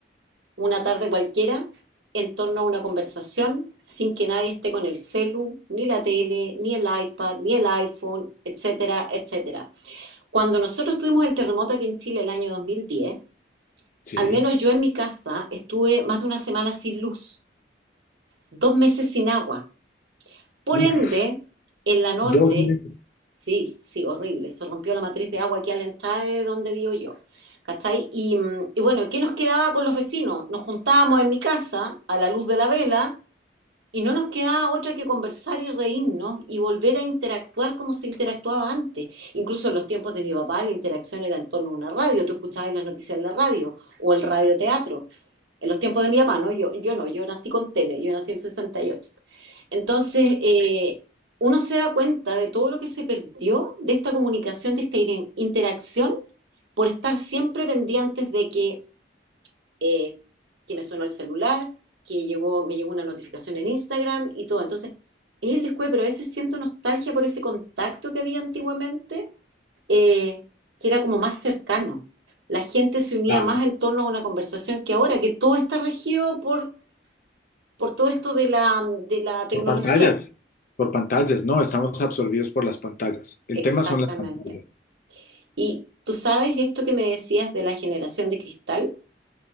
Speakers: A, on the right; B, on the left.
A: una tarde cualquiera en torno a una conversación sin que nadie esté con el celu, ni la tele, ni el iPad, ni el iPhone, etcétera, etcétera. Cuando nosotros tuvimos el terremoto aquí en Chile el año dos mil diez
B: Sí.
A: al menos yo en mi casa estuve más de una semana sin luz, dos meses sin agua. Por
B: Uf,
A: ende, en la noche
B: dos meses.
A: Sí, sí, horrible. Se rompió la matriz de agua aquí a la entrada de donde vivo yo. ¿Cachai? Y, mm, y bueno, ¿qué nos quedaba con los vecinos? Nos juntábamos en mi casa a la luz de la vela y no nos quedaba otra que conversar y reírnos y volver a interactuar como se interactuaba antes. Incluso en los tiempos de mi papá la interacción era en torno a una radio. Tú escuchabas las noticias en la radio o el radioteatro. En los tiempos de mi papá, ¿no? Yo, yo no, yo nací con tele, yo nací en el 68. Entonces, eh, uno se da cuenta de todo lo que se perdió de esta comunicación, de esta in- interacción, por estar siempre pendientes de que, eh, que me sonó el celular, que llegó, me llegó una notificación en Instagram y todo. Entonces, es el descuido, pero a veces siento nostalgia por ese contacto que había antiguamente eh, que era como más cercano. La gente se unía
B: Ah,
A: más en torno a una conversación que ahora, que todo está regido por, por todo esto de la, de la tecnología.
B: por pantallas. Por pantallas, no, estamos absorbidos por las pantallas. El
A: Exactamente.
B: tema son las pantallas.
A: Y tú sabes esto que me decías de la generación de cristal.